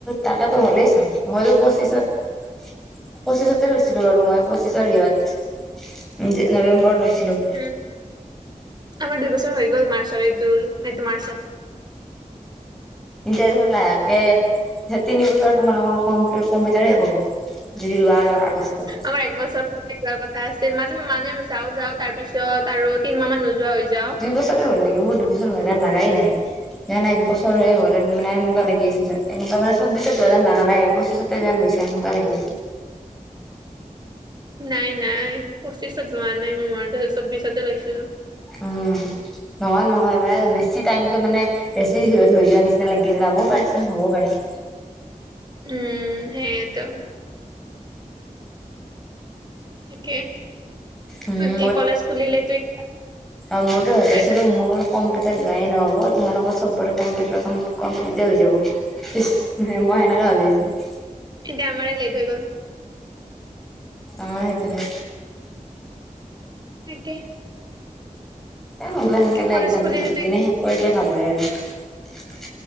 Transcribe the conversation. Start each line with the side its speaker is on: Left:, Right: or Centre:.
Centre: তাকেতো হ'লেই চোন মইতো পঁচিছত পঁচিছত লৈছিলো বাৰু মই পঁচিছৰ ইঅত নৱেম্বৰত লৈছিলো।
Right: উম আমাৰ দুইবছৰ হৈ গ'ল মাৰ্চৰ এইটো -এইটো মাৰ্চত।
Centre: <unintelligible> তিনবছৰ তোমালোকৰ কম কম্পিউটাৰে হ'ব যদি লোৱা আগষ্টত
Right: আমাৰ একবছৰ -য কথা আছিল মাজে -মানে যাও-যাও তাৰ পিছত আৰু তিনমাহ মান নোযোৱা হৈ যাওঁ।
Centre: দুই বছৰে হ'ল নেকি মোৰ‌ দুইবছৰ হোৱা যেন লগাই নাই। যেন এক বছৰ হ'লহেন এনেকুৱা লাগি আছে যে এনেকুৱা মান চৌব্বিছত হোৱা যেন লাগা নাই পঁচিছত <unintelligible> এনেুৱা লাগি আছে।
Right: নাই নাই পঁচিছত লোৱা নাই মই মনত‌ আছে চৌব্বিছতে লৈছিলো।
Centre: উম নহয় নহয় -এইবিল বেছি টাইমতটো মানে বেছি বিৰত হৈ যোৱাৰ নিচিনা লাগিছিল যাবও পাৰে চোন হবওঁ পাৰে।
Right: উম সেই আইটো। তাকে
Centre: উম
Right: বাকী কলেজ খুলিলে তো এতিয়া
Centre: অ', মোৰতো ভাবি
Right: ফ্ৰেচাৰ্ছ,
Centre: আছিলোঁ মোৰ কম্পিউটাৰ লোৱাই নহব তোমালোকৰ সব কম্পিউটাৰৰ কাম‌ কমপ্লিট তে হৈ যাব। মই সেনেকা ভাবি আছিলো।
Right: এতিয়া আমাৰে লেট হৈ গ'ল।
Centre: অ', সেইটো হে।
Right: তাকে।
Centre: এ সোনকালে সোনকালে
Right: বাকী কলেজ
Centre: এক্জামটো
Right: খুলিলেতো
Centre: দি কিনে
Right: এতিয়া
Centre: শেষ কৰিলে ভাল হয় আৰু।